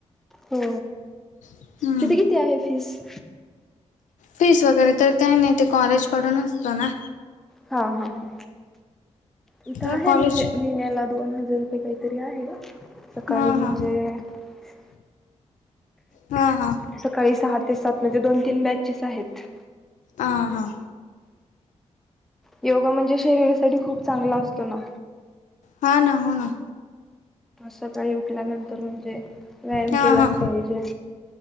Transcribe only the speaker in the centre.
हो
तिथे किती आहे फीज...
हा हा हा... इथं
आहे
म्हणजे महिन्याला दोन हजार रुपये काहीतरी आहे सकाळी
म्हणजे....
ह...
सकाळी सहा ते सात मजे दोन तीन बॅचेस आहेत
योगा म्हणजे शरीरासाठी खूप चांगला असतो ना
सकाळी उठल्यानंतर म्हणजे व्यायाम
केलाच
पाहिजे